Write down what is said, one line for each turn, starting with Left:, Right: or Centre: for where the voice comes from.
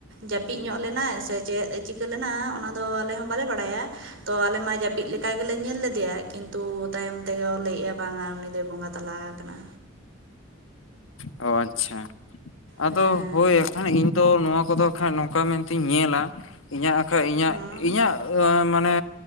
Right: ᱡᱟᱹᱯᱤᱫ ᱧᱚᱜ ᱞᱮᱱᱟᱭ ᱥᱮ ᱪᱮᱫ ᱪᱤᱠᱟᱹ ᱞᱮᱱᱟᱭ ᱚᱱᱟᱫᱚ ᱟᱞᱮ ᱦᱚᱸ ᱵᱟᱞᱮ ᱵᱟᱲᱟᱭᱟ ᱾ ᱛᱚ ᱟᱞᱮ ᱢᱟ ᱡᱟᱹᱯᱤᱫ ᱞᱮᱠᱟ ᱜᱮᱞᱮ ᱧᱮᱞ ᱞᱮᱫᱮᱭᱟ ᱠᱤᱱᱛᱩ ᱛᱟᱭᱚᱢ ᱛᱮᱜ ᱞᱟᱹᱭᱮᱼᱟ ᱵᱟᱝᱟ ᱩᱱᱤ ᱫᱚᱭ ᱵᱚᱸᱜᱟ ᱛᱟᱞᱟ ᱟᱠᱟᱱᱟ
Left: ᱚ ᱟᱪᱪᱷᱟ ᱟᱫᱚ
Right: ᱦᱮᱸ
Left: ᱦᱳᱭ ᱮᱠᱷᱟᱱ ᱤᱧ ᱫᱚ ᱱᱚᱣᱟ ᱠᱚᱫᱚ ᱵᱟᱠᱷᱟ ᱱᱚᱝᱠᱟ ᱢᱮᱱᱛᱤᱧ ᱧᱮᱞᱟ ᱤᱧᱟᱹᱜ ᱟᱸᱠᱷᱟ ᱤᱧᱟᱹᱜ
Right: ᱦᱮᱸ
Left: -ᱤᱧᱟ. ᱜ ᱢᱟᱱᱮ